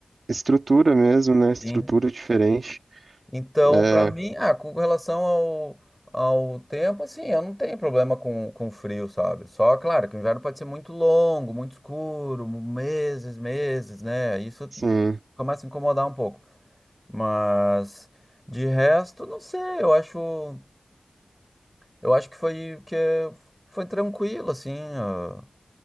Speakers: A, on the right (about 80°); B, in the centre.
A: estrutura mesmo, né? Estrutura
B: sim.
A: diferente.
B: Então,
A: É,
B: para mim, ah, com relação ao, ao tempo, assim, eu não tenho problema com, com frio, sabe? Só, claro, que o inverno pode ser muito longo, muito escuro, meses, meses, né? Isso
A: sim.
B: começa a incomodar um pouco. Mas, de resto, não sei, eu acho, eu acho que foi, que é- foi tranquilo, assim. ah.